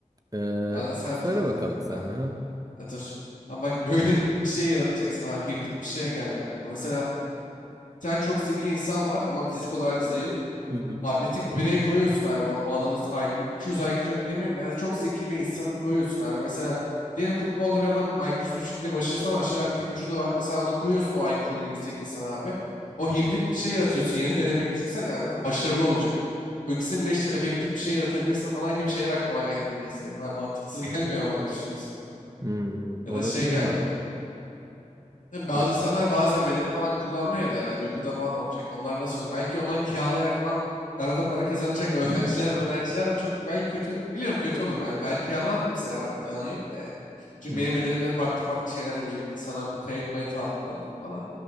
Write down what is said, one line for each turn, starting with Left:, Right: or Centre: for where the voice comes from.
Right: Ee,
Left: Aa, sen
Right: söyle
Left: mesela evet,
Right: bakalım
Left: evet, evet,
Right: sen.
Left: aklıma.
Right: Hı hı.
Left: Ha, dur. Ama bak <laughs> böyle bir şey yaratacaksın abi. Hibrit bir şeye geldi aklıma. Mesela bir tane çok zeki insan var ama fizik olarak zayıf.
Right: Hı hı.
Left: Atletik bir birey koyuyorsun abi. O, o adamın IQ, 200 IQ demeyeyim de yani çok zeki bir insanı koyuyorsun abi. Mesela diyelim futbolda bir adam IQ'su düşük diye başarısız ama aşırı atletik vücudu var. Mesela onu koyuyorsun o IQ'lu yüksek insan abi. O hibrit bir şey yaratıyorsun. Yeni <laughs> denemek düşünsene abi. Başarılı olacak. O ikisini birleştirip efektif bir şey yaratabilirsin falan gibi şeyler aklıma geldi niyeyse benim. Ha, mantıksız <laughs> gelmiyor bak düşünürsen.
Right: Hmm,
Left: Ya
Right: olabilir
Left: da şey geldi
Right: ha.
Left: bak. Tabii bazı
Right: Ya,
Left: insanlar bazen bedeni falan kullanmıyor ya da ya uykuda falan olacak. Onlar nasıl olur? Belki onlar kiralayarak falan arada para kazanacak <laughs> öğrenciler mi öğrenciler de çok belki kötü. Biliyorum kötü olur. Ben ben kiralar kimseye abi. Yalan yok da yani. Çünkü
Right: hı hı.
Left: benim bedenimde farklı farklı şeyler yapacak insanlar bu kayıt mayıt altına alınır falan.